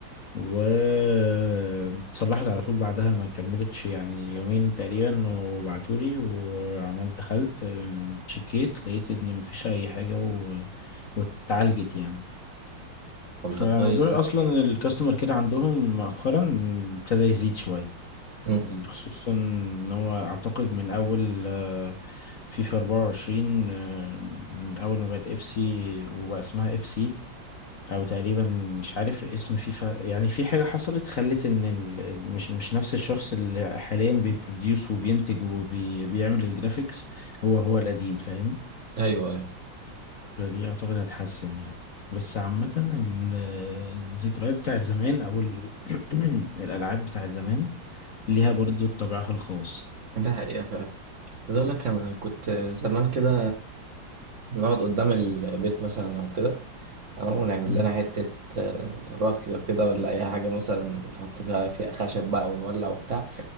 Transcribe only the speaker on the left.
واتصلحت على طول بعدها ما كملتش يعني يومين تقريبا وبعتولي وعملت دخلت آه، شكيت لقيت ان مفيش اي حاجة و... واتعالجت يعني
فموضوع
اصلا الكاستمر كير عندهم مؤخرا ابتدى يزيد شوية
خصوصا ان هو اعتقد من اول آه، فيفا 24 آه، من اول ما بقت اف سي وبقى اسمها اف سي او تقريبا مش عارف اسم فيفا يعني في حاجة حصلت خلت ان ال... ال- مش مش نفس الشخص اللي حاليا بيبروديوس وبينتج وبيعمل الجرافيكس هو هو القديم فاهم
فدي اعتقد هتحسن يعني بس عامة ال- الذكريات بتاعت زمان او ال... <clears throat> الالعاب بتاعت زمان ليها برضو طابعها الخاص
مم.